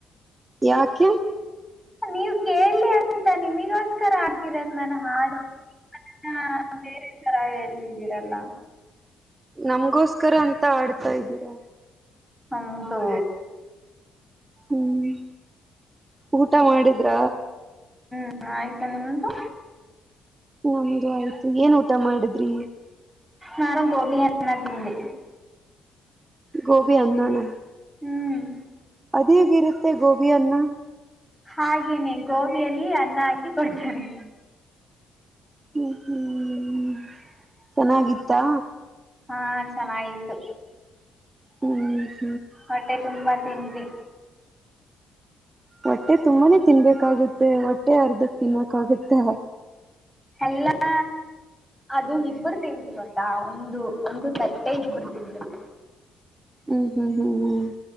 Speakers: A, on the right (about 25°); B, in the centre.
A: ಯಾಕೆ
B: ನೀವ್ ಕೇಳಲಿಿ ಅಂತ ನಿಮಗ ತರ ಹಾಕಿದ ನಾನ ಹಾಡುನ್ನ ಬೇರೆ ತರ ಹೇಳ್ತಿದೀರಲ್ಲ
A: ನಮ್ಗೋಸ್ಕರ ಅಂತ ಆಡ್ತಾ ಇದ್ದೀರಾ
B: ಹದು
A: ಹ್ಮ್ ಊಟ ಮಾಡಿದ್ರ
B: ಹ ಆಯ್ತಾ ನಿಮ್ದು
A: ನಮ್ದು ಆಯ್ತು ಏನ್ ಊಟ ಮಾಡಿದ್ರಿ
B: ನಾರು ಗೋಪಿನ್ನ ತಿಿಂದೆ
A: ಗೋಭಿ ಆನ್ನನ
B: ಹ್ಮ್
A: ಇದೇಗರುತ್ತೆ ಗೋಬಿಯನ್ನ
B: ಹಾಗೇನೆ ಗೋಬಿಯಲ್ಲಿ ಅನ್ನ ಹಾಕಿ ಕೊಡ್ತಾರೆ
A: ಹ್ಮ ಹ್ಮ್ ಚೆನ್ನಾಗಿತ್ತಾ
B: ಹಾ ಚೆನ್ನಾಗಿತು
A: ಹ್ಮ
B: ಹೊಟ್ಟೆ ತುಂಬಾ ತಿಂಡಿ
A: ಹೊಟ್ಟೆ ತುಂಬಾನೇ ತಿನ್ಬೇಕಾಗುತ್ತೆ ಹೊಟ್ಟೆ ಅರ್ಧಕ್ ತಿನ್ಬೇಕಾಗುತ್ತೆ
B: ಎಲ್ಲಾ ಅದು ಇಬ್ಬರು ತಿದ್ವಿ ಕೊಟ್ಟಾ ಒಂದು ಒಂದು ತಟ್ಟೆ ಇಬ್ಬರು ತಿಿಂದ್ವಿ
A: ಹ್ಮ್ ಹ್ಮ್ ಹ್ಮ್ ಹ್ಮ್